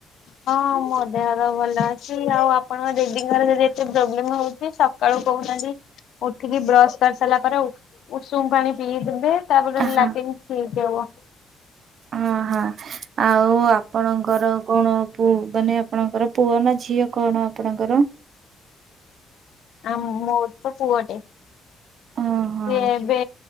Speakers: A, on the left (about 70°); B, on the right (about 60°).
A: ହଁ ମୋ ଦେହର ଭଲ ଅଛି ଆଉ ଆପଣଙ୍କ ଦିଦିଙ୍କର ଯଦି ଏତେ ପ୍ରୋବ୍ଲେମ ହଉଛି କାଳୁ କହୁନାହାନ୍ତି ଉଠିକି ବ୍ରଶ କରିସାରିଲା ପରେ ଉଷୁମ ପାଣି ପିଇଦେବେ। ତାପରେ
B: ହଁ
A: ଲାଟିନ୍ ଠିକ୍ ହବ।
B: ହଁ। ହ ଆଉ ଆପଣଙ୍କର କଣ ପୁ ମାନେ ଆପଣଙ୍କର ପୁଅ ନା ଝିଅ? କଣ ଆପଣଙ୍କର?
A: ଆମ ମ ମ ପୁଅଟେ ସିଏ
B: ଓହୋ
A: ଏବେ